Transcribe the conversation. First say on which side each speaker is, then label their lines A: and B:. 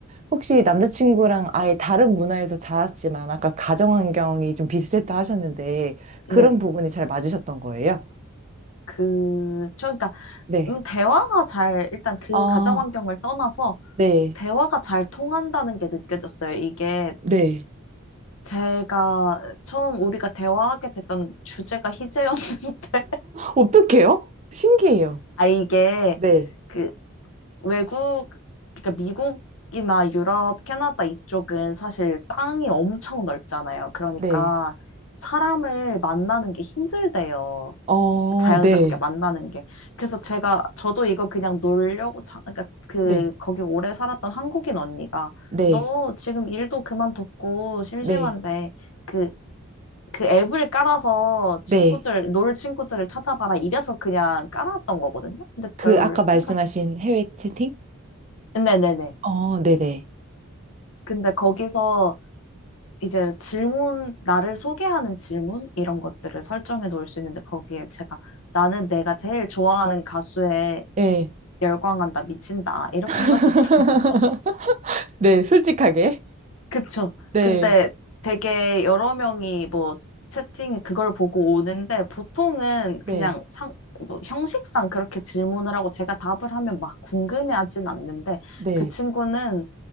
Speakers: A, on the right (about 30°); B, on the left (about 70°).
A: 혹시 남자친구랑 아예 다른 문화에서 자랐지만 아까 가정환경이 좀 비슷했다 하셨는데
B: 네.
A: 그런 부분이 잘 맞으셨던 거예요?
B: 그쵸. 그러니까
A: 네.
B: 음, 대화가 잘 일단 그
A: 아,
B: 가정 환경을 떠나서
A: 네.
B: 대화가 잘 통한다는 게 느껴졌어요. 이게
A: 네,
B: 제가 처음 우리가 대화하게 됐던 주제가 희재였는데
A: 어떡해요? 신기해요.
B: <laughs> 아 이게
A: 네.
B: 그 외국, 그러니까 미국이나 유럽, 캐나다 이쪽은 사실 땅이 엄청 넓잖아요. 그러니까
A: 네,
B: 사람을 만나는 게 힘들대요.
A: 어,
B: 자연스럽게
A: 네,
B: 만나는 게. 그래서 제가, 저도 이거 그냥 놀려고, 자, 그러니까 그,
A: 네,
B: 거기 오래 살았던 한국인 언니가
A: 네,
B: 너 지금 일도 그만뒀고 심심한데
A: 네,
B: 그, 그 앱을 깔아서 친구들,
A: 네.
B: 놀 친구들을 찾아봐라. 이래서 그냥 깔아왔던 거거든요. 근데
A: 그
B: 별
A: 아까 말씀하신
B: 생각,
A: 해외 채팅?
B: 네네네.
A: 어, 네네.
B: 근데 거기서 이제 질문, 나를 소개하는 질문? 이런 것들을 설정해 놓을 수 있는데 거기에 제가 나는 내가 제일 좋아하는 가수에
A: 네,
B: 열광한다, 미친다. 이렇게
A: <laughs>
B: 해놨었어요. <laughs>
A: 네, 솔직하게.
B: 그쵸.
A: 네,
B: 근데 되게 여러 명이 뭐 채팅 그걸 보고 오는데 보통은
A: 네,
B: 그냥 상, 뭐 형식상 그렇게 질문을 하고 제가 답을 하면 막 궁금해하진 않는데
A: 네.
B: 그 친구는